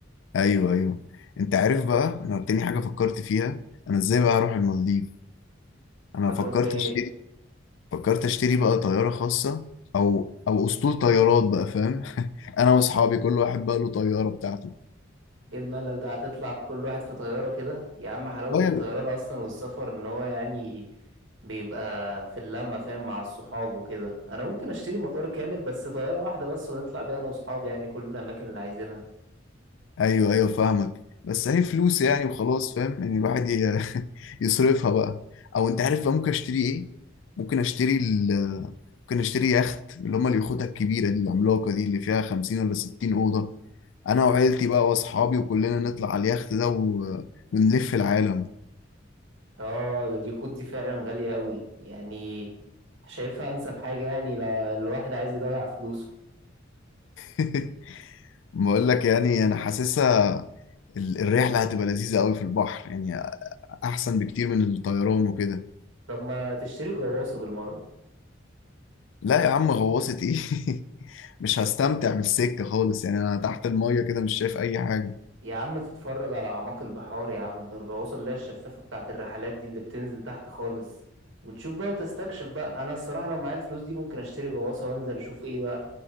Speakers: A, on the left (about 75°); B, on the right (about 70°).
A: ايوه ايوه انت عارف بقى انا تاني حاجه فكرت فيها انا ازاي بقى هروح المالديف انا
B: هتروح
A: فكرت
B: بايه
A: اشتري فكرت اشتري بقى طيارة خاصة او او اسطول طيارات بقى فاهم <laughs> انا واصحابي كل واحد بقى له طيارة بتاعته
B: ايه الملل ده هتطلع كل واحد في طيارة كده يا عم حلاوة
A: طيب
B: الطيران اصلا والسفر ان هو يعني بيبقى في اللمة فاهم مع الصحاب وكده انا ممكن اشتري مطار كامل بس طيارة واحدة بس ونطلع بيها انا وصحابي يعني كل الاماكن اللي عايزينها
A: ايوه ايوه فاهمك بس هي فلوس يعني وخلاص فاهم ان الواحد ي- <laughs> يصرفها بقى او انت عارف بقى ممكن اشتري ايه ممكن اشتري ال ممكن اشتري يخت اللي هما اليخوت الكبيرة دي العملاقة دي اللي فيها 50 ولا 60 أوضة انا وعيلتي بقى واصحابي وكلنا نطلع على اليخت ده و... ونلف العالم
B: اه ده اليخوت دي فعلا غالية قوي يعني شايفها انسب حاجة يعني لو الواحد عايز يضيع فلوسه
A: <laughs> بقول لك يعني انا حاسسها ال- الرحله هتبقى لذيذه قوي في البحر يعني احسن بكتير من الطيران وكده
B: طب ما تشتري غواصة بالمرة
A: لا يا عم غواصه ايه <laughs> مش هستمتع بالسكه خالص يعني انا تحت الميه كده مش شايف اي حاجه
B: يا عم تتفرج على أعماق البحار يا عم الغواصة اللي هي الشفافة بتاعة الرحلات دي اللي بتنزل تحت خالص وتشوف بقى وتستكشف بقى أنا الصراحة لو معايا الفلوس دي ممكن أشتري غواصة وأنزل أشوف إيه بقى